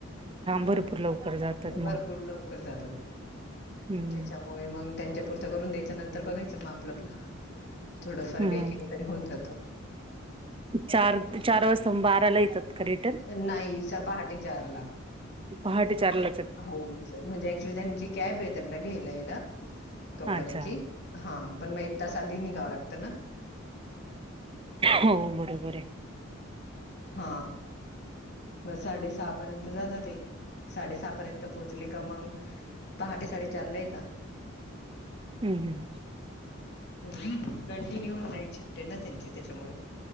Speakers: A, on the right; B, on the left.
A: भरपूर लवकर. जातात मग
B: भरपूर लवकर जातात
A: हम्म
B: त्याच्यामुळे. मग त्यांच्यापुरतं करून द्यायचं नंतर बघायचं मग आपल आपल. थोडंफार
A: हम्म
B: काही केलं तरी होऊन जात.
A: चार, चार वाजता म बारिला येतात. का रिटर्न
B: नाही स पहाटे चार ला.
A: पहाट चारला.
B: हो म्हणजे ऍक्च्युली त्यांची कॅब आहे त्यांना घ्यायला याला कंपनीची.
A: अच्छा
B: हा पण मग एक तास आधी निघावं लागत ना.
A: हो बरोबर आहे.
B: हा. मग साडे सहा पर्यंत जात ते साडे सहा पर्यंत पोहोचले का मग पहाटे साडेचारला येता.
A: हम् हम्.
B: ह् कंटिन्यू नाईट शिफ्ट आहे ना त्यांची त्याच्यामुळे.